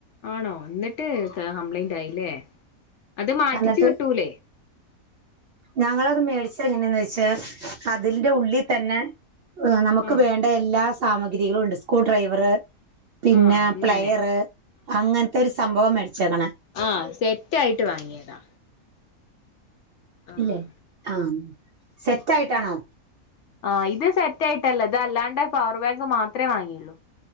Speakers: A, on the left; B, on the right.
A: ആണോ എന്നിട്ട് കംപ്ലയിന്റ് ആയില്ലേ അത് മാറ്റിിച്ചു
B: എന്നിട്ട്
A: കിട്ടൂലേ
B: ഞങ്ങളത് മേടിച്ച എങ്ങനെയന്ന് വെച്ചാ അതിന്റെ ഉള്ളിൽ തന്നെ നമുക്ക്
A: ആഹ്
B: വേണ്ട എല്ലാ സാമഗ്രികളും ഉണ്ട് സ്ക്രൂ ഡ്രൈവർ പിന്നെ
A: ആഹ് അങ്ങനെ
B: പ്ലെയർ അങ്ങനത്തെ ഒരു സംഭവം മേടിച്ചക്കണ
A: ആഹ സെറ്റ് ആയിട്ട് വാങ്ങിയതാ ആഹ്
B: ഇല്ലെ ആ സെറ്റ് ആയിട്ടാണോ
A: ആ ഇത് സെറ്റ് ആയിട്ടല്ലോ അത് അല്ലാണ്ട് പവർ ബാങ്ക് മാത്രമേ വാങ്ങിയുള്ളൂ